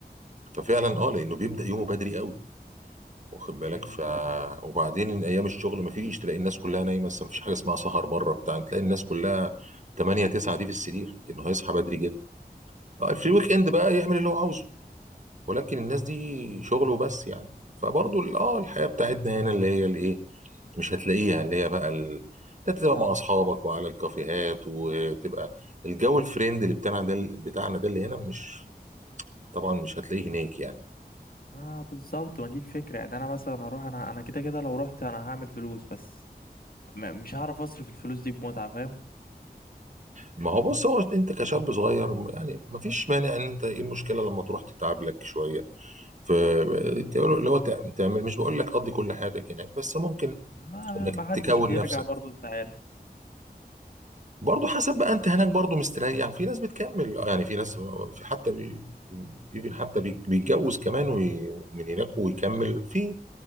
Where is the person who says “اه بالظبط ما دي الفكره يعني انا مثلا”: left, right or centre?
Left